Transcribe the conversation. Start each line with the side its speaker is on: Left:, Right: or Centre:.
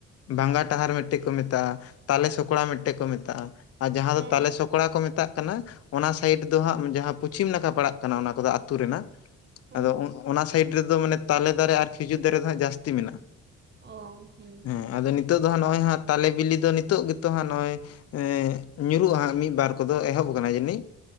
Left: ᱵᱷᱜᱟ ᱴᱟᱦᱟᱨ ᱢᱤᱜᱴᱮᱜ ᱠᱚ ᱢᱮᱛᱟᱜᱼᱟ, ᱛᱟᱞᱮ ᱥᱚᱠᱲᱟ ᱢᱤᱜᱴᱮᱜ ᱠᱚ ᱢᱮᱛᱟᱜᱼᱟ᱾ ᱟᱨ ᱡᱟᱦᱟᱸ
Right: ᱦᱮᱸ
Left: ᱫᱚ ᱛᱟᱞᱮ
Right: ᱦᱮᱸ
Left: ᱥᱚᱠᱲᱟ ᱠᱚ ᱢᱮᱛᱟᱜ ᱠᱟᱱᱟ ᱚᱱᱟ ᱥᱟᱭᱤᱰ ᱫᱚ ᱦᱟᱸᱜ ᱡᱟᱦᱟᱸ ᱯᱚᱪᱷᱤᱢ ᱱᱟᱠᱷᱟ ᱯᱟᱲᱟᱜ ᱠᱟᱱᱟ ᱚᱱᱟ ᱠᱚᱫᱚ ᱟᱹᱛᱩ ᱨᱮᱱᱟᱜ
Right: ᱦᱩᱸ
Left: ᱟᱫᱚ ᱚᱱᱟ ᱥᱟᱭᱤᱰ ᱨᱮᱫᱚ ᱢᱟᱱᱮ ᱛᱟᱞᱮ ᱫᱟᱨᱮ ᱟᱨ ᱠᱷᱤᱡᱩᱨ ᱫᱟᱨᱮ ᱫᱚ ᱦᱟᱸᱜ ᱡᱟᱹᱥᱛᱤ ᱢᱮᱱᱟᱜᱼᱟ᱾
Right: ᱚ ᱦᱩᱸ ᱦᱩᱸ,
Left: ᱦᱮᱸ ᱟᱫᱚ ᱱᱤᱛᱚᱜ ᱫᱚ ᱦᱟᱸᱜ ᱱᱚᱜᱼᱚᱭ ᱦᱟᱸᱜ ᱛᱟᱞᱮ ᱵᱤᱞᱤ ᱫᱚ ᱱᱤᱛᱚᱜ ᱜᱮᱛᱚ ᱦᱟᱸᱜ ᱱᱚᱜᱼᱚᱭ ᱮᱸ ᱧᱩᱨᱩᱜᱼᱟ ᱦᱟᱸᱜ ᱢᱤᱜ ᱵᱟᱨ ᱠᱚᱫᱚ ᱮᱦᱚᱵ ᱠᱟᱱᱟ ᱡᱟᱹᱱᱤᱜ᱾